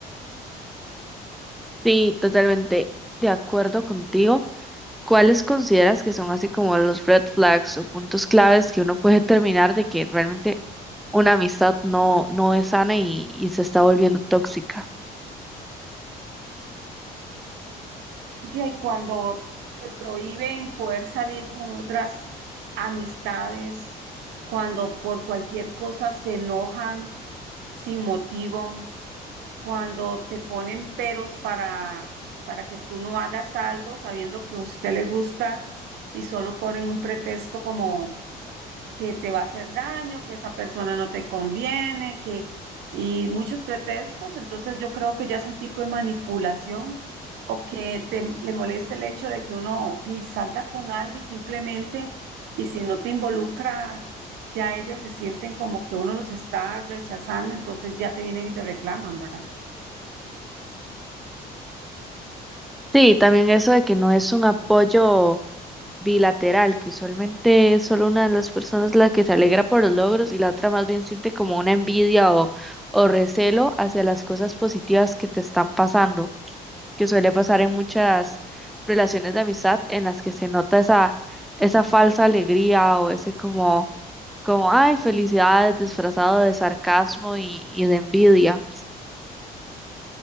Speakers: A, in the centre; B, on the right.
A: Sí, totalmente de acuerdo contigo. ¿Cuáles consideras que son así como los red flags o puntos claves que uno puede determinar de que realmente una amistad no, no es sana y, y se está volviendo tóxica?
B: Ya, Y cuando te prohíben poder salir con otras amistades, cuando por cualquier cosa se enojan sin motivo, cuando te ponen peros para, para que tú no hagas algo sabiendo que a usted le gusta y solo ponen un pretexto como que te va a hacer daño, que esa persona no te conviene, que y muchos pretextos, entonces yo creo que ya es un tipo de manipulación o que te, le moleste el hecho de que uno di, salga con alguien simplemente y si no te involucra, ya ellos se sienten como que uno los está rechazando, entonces ya te vienen y te reclaman, ¿verdad?
A: Sí, también eso de que no es un apoyo. bilateral, que usualmente es solo una de las personas la que se alegra por los logros y la otra más bien siente como una envidia o, o recelo hacia las cosas positivas que te están pasando, que suele pasar en muchas relaciones de amistad en las que se nota esa, esa falsa alegría o ese como, como, ay, felicidades disfrazado de sarcasmo y, y de envidia.